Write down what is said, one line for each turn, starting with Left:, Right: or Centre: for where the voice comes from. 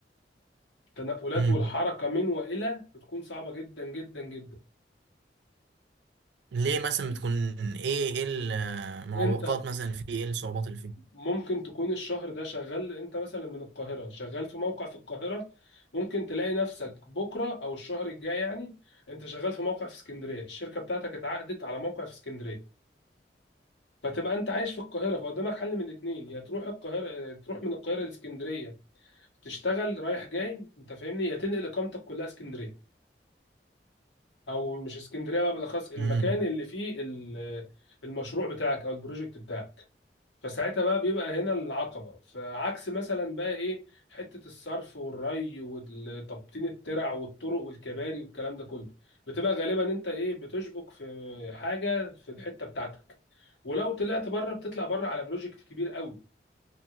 Left: التنقلات
Right: مم.
Left: والحركة من والى بتكون صعبة جدا جدا جدا
Right: ليه مثلا بتكون ايه ايه المعوقات
Left: انت
Right: مثلا في ايه الصعوبات اللي فيه
Left: ممكن تكون الشهر ده شغال انت مثلا من القاهرة شغال في موقع في القاهرة ممكن تلاقي نفسك بكرة او الشهر الجاي يعني انت شغال في موقع في اسكندرية الشركة بتاعتك اتعقدت على موقع في اسكندرية فتبقى انت عايش في القاهرة فقدامك حل من الاثنين يا تروح القاهرة تروح من القاهرة لاسكندرية تشتغل رايح جاي انت فاهمني يا تنقل اقامتك كلها اسكندرية او مش اسكندريه بقى بالاخص المكان
Right: امم
Left: اللي فيه ال- المشروع بتاعك او البروجكت بتاعك فساعتها بقى بيبقى هنا العقبه فعكس مثلا بقى ايه حته الصرف والري وتبطين الترع والطرق والكباري والكلام ده كله بتبقى غالبا انت ايه بتشبك في حاجه في الحته بتاعتك ولو طلعت بره بتطلع بره على بروجكت كبير قوي